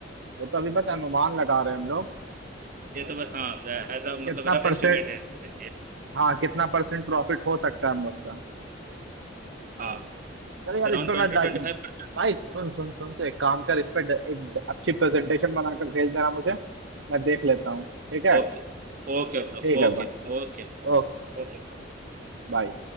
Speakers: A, on the right; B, on the right.
A: वो तो अभी बस अनुमान लगा रहे हैं हम लोग
B: ये तो बस हाँ एज अ
A: कितना
B: मतलब रफ
A: परसेंट
B: एस्टिमेट है ये।
A: हाँ कितना परसेंट प्रॉफिट हो सकता है हम लोग का
B: हाँ
A: चल यार
B: around
A: इस पर
B: ट्वेंटी
A: मैं डाइ-
B: ट्वेंटी फाइव परसेंट
A: भाई सुन सुन सुन तो एक काम कर इस पर ड- एक ड- अच्छी प्रेजेंटेशन बनाकर भेज देना मुझे मैं देख लेता हूँ ठीक है
B: Okay Okay bro
A: ठीक है
B: okay
A: भाई
B: Okay
A: ओके
B: Okay
A: बाय